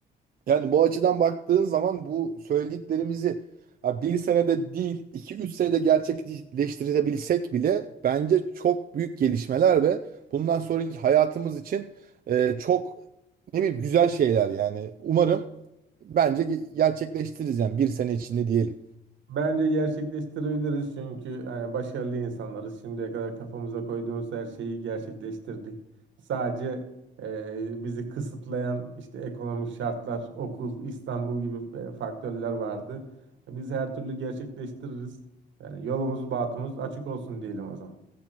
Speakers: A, on the right; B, on the right.
A: Yani bu açıdan baktığın zaman bu söylediklerimizi ha, bir senede değil 2-3 senede gerçekleştirebilsek bile bence çok büyük gelişmeler ve bundan sonraki hayatımız için e, çok ne bileyim güzel şeyler yani. Umarım bence ge- gerçekleştiririz yani bir sene içinde diyelim.
B: Bence gerçekleştirebiliriz çünkü hani başarılı insanlarız. Şimdiye kadar kafamıza koyduğumuz her şeyi gerçekleştirdik. Sadece e, bizi kısıtlayan işte ekonomik şartlar, okul, İstanbul gibi e, faktörler vardı. Biz her türlü gerçekleştiririz. Yani yolumuz, bahtımız açık olsun diyelim o zaman.